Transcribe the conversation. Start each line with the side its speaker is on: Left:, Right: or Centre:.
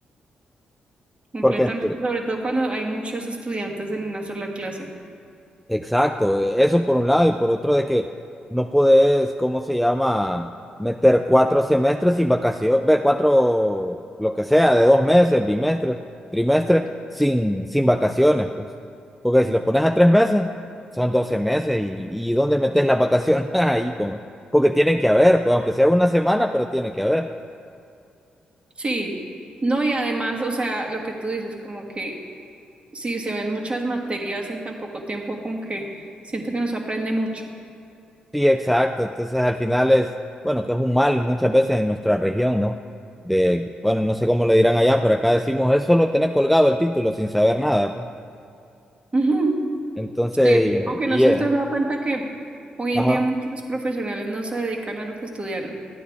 Right: Completamente,
Centre: porque
Right: sobre todo cuando hay muchos estudiantes en una sola clase.
Centre: Exacto, eh, eso por un lado y por otro de que no podés, ¿cómo se llama? Meter cuatro semestres sin vacaciones, ve, cuatro, lo que sea, de dos meses, bimestre, trimestre, sin, sin vacaciones, pues. Porque si los pones a tres meses, son doce meses y, y ¿dónde metes las vacaciones? <laughs> Ahí, como, porque tienen que haber, pues aunque sea una semana, pero tiene que haber.
Right: Sí, no, y además, o sea, lo que tú dices, como que si se ven muchas materias en tan poco tiempo, como que siento que no se aprende mucho.
Centre: Sí, exacto. Entonces, al final es, bueno, que es un mal muchas veces en nuestra región, ¿no? De, bueno, no sé cómo le dirán allá, pero acá decimos, es solo tener colgado el título sin saber nada, pues.
Right: Ujú,
Centre: Entonces,
Right: Sí,
Centre: y, eh,
Right: aunque
Centre: y,
Right: no sé
Centre: eh,
Right: si te has dado cuenta que hoy
Centre: ajá.
Right: en día muchos profesionales no se dedican a lo que estudiaron.